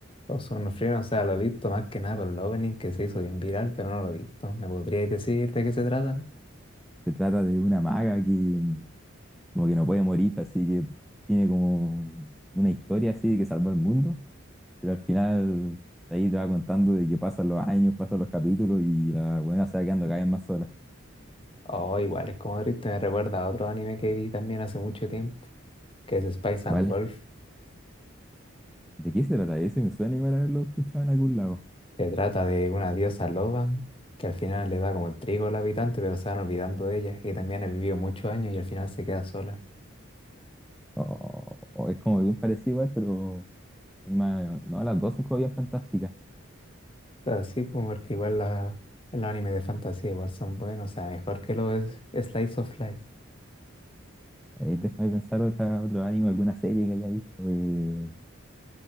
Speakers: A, on the left; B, in the centre.
A: los Free, o sea, lo he visto más que nada por el opening que se hizo bien viral, pero no lo he visto. ¿Me podríais decir de qué se trata?
B: Se trata de una maga que como que no puede morir, así que tiene como una historia así de que salvó el mundo. Pero al final, de ahí te va contando de que pasan los años, pasan los capítulos y la buena se va quedando cada vez más sola.
A: Oh, igual es como triste, me recuerda a otro anime que vi también hace mucho tiempo, que es Spice
B: ¿Cuál?
A: and Wolf.
B: ¿De qué se trata ese? Me suena igual haberlo escuchado en algún lado.
A: Se trata de una diosa loba que al final le da como el trigo al habitante, pero se van olvidando de ella. Y también ha vivido muchos años y al final se queda sola.
B: O- o es como bien parecido igual, pero es más, no, las dos son como bien fantásticas.
A: O sea, sí, pues, porque igual la, los animes de fantasía igual son buenos, o sea, mejor que los Slice of Life.
B: A ver, déjame pensar otra, otro anime, alguna serie que haya visto. Eh...